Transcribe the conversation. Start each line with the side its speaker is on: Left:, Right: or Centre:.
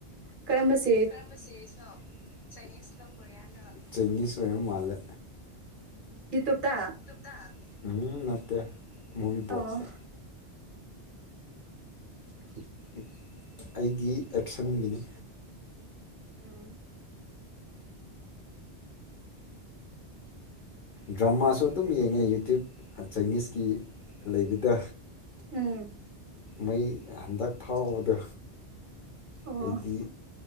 Right: ꯀꯔꯝꯕꯁꯤ
Left: ꯝꯕꯦꯔꯤꯁꯅꯣꯅꯤꯁ ꯑꯣꯏꯔ ꯃꯥꯜꯂꯦ
Right: ꯌꯨ ꯇꯨꯞꯇ
Left: ꯗꯥ ꯍꯨꯝ ꯅꯠꯇꯦ ꯃꯣꯏꯒꯤ
Right: ꯑꯣ
Left: ꯕꯣꯛꯣꯇ
Right: <inaudible>
Left: ꯑꯦ ꯑꯩꯗꯤ ꯑꯦꯛꯁꯟꯒꯤꯅꯤ
Right: ꯎꯝ
Left: ꯗ꯭ꯔꯃꯥꯁꯨ ꯑꯗꯨꯝ ꯌꯦꯡꯉꯦ ꯌꯨꯇ꯭ꯌꯨꯨꯕ ꯆꯥꯏꯅꯤꯁꯀꯤ ꯂꯩꯕꯗꯣ
Right: ꯎꯝ
Left: ꯃꯩ ꯍꯟꯗꯛ ꯐꯥꯎꯕꯗꯣ
Right: ꯑꯣ
Left: ꯍꯥꯏꯗꯤ